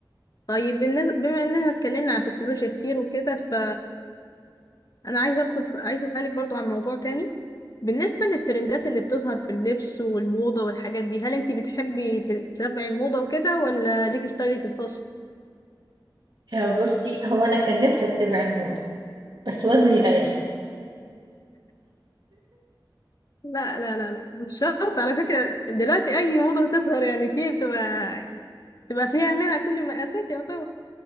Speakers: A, on the left (about 45°); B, on the right (about 65°).
A: طيب بالنسبة بما اننا اتكلمنا عن التكنولوجيا كتير وكده ف انا عايزه ادخل في... عايزه اسالك برضو عن موضوع تاني بالنسبه للترندات اللي بتظهر في اللبس والموضه والحاجات دي هل انت بتحبي تل- تتابعي الموضه وكده ولا ليكي ستايلك الخاص
B: يعني بصي هو انا كان نفسي اتبع الموضة بس وزني لا يسمح
A: لا لا لا لا مش شرط على فكره دلوقتي اي موضه بتظهر يعني في بتبقى بتبقى فيها منها كل المقاسات يعتبر